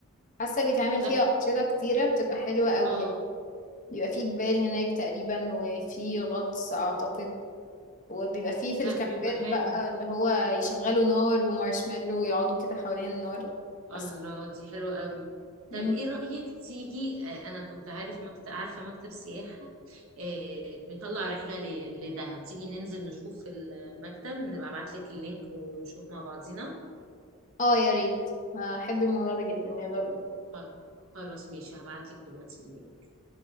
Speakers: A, on the left; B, on the right.
A: حاسة بيتعمل
B: طب
A: فيها انشطة كتيرة بتبقى حلوة قوي
B: اه
A: يعني. بيبقى فيه جبال هناك تقريبا وفي غطس اعتقد وبيبقى فيه في الكامبات
B: لا بيبقى حلو
A: بقى اللي هو يشغلوا نار ومارشميلو ويقعدوا كده حوالين النار حاسة
B: الله دي حلوة قوي طب
A: م-
B: ايه رأيك تيجي آه، انا كنت عارف مكتب عارفة مكتب سياحة آه، مطلع رحلة ل- لدهب تيجي ننزل نشوف المكتب نبقى ابعت لك اللينك ونشوف مع بعضينا
A: اه يا ريت هحب الموضوع ده جدا يلا بينا
B: خ- خلاص ماشي هبعت لك دلوقتي اللينك